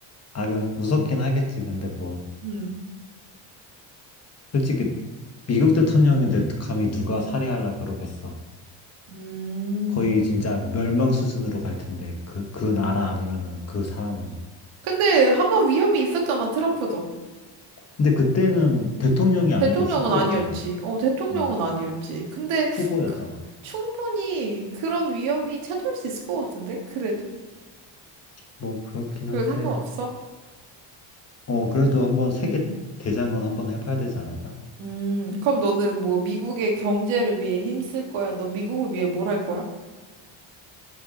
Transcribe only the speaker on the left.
아, 그 무섭긴 하겠지. 근데 뭐,
솔직히 미국 대통령인데 감히 누가 살해하려 그러겠어.
거의 진짜 멸망 수준으로 갈 텐데, 그, 그 나라 아니면은 그 사람은.
근데 그때는 대통령이 아니고
후보였잖아.
어,
후보였잖아.
뭐, 그렇긴
한데,
어, 그래도 한번 세계
대장은 한번 해봐야 되지 않을까?